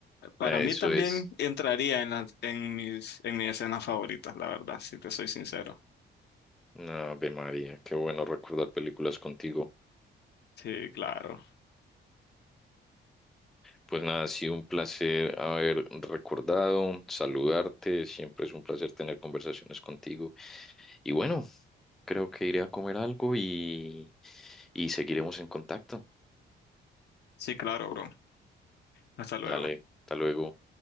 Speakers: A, on the left; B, in the centre.
A: para
B: Eso
A: mí también
B: es.
A: entraría en las, en mis, en mis escenas favoritas, la verdad, si te soy sincero.
B: Ave María, qué bueno recordar películas contigo.
A: Sí, claro.
B: Pues nada, ha sido un placer haber recordado, saludarte, siempre es un placer tener conversaciones contigo. Y bueno, creo que iré a comer algo y, y seguiremos en contacto.
A: Sí, claro, bro. Hasta luego.
B: Dale, hasta luego.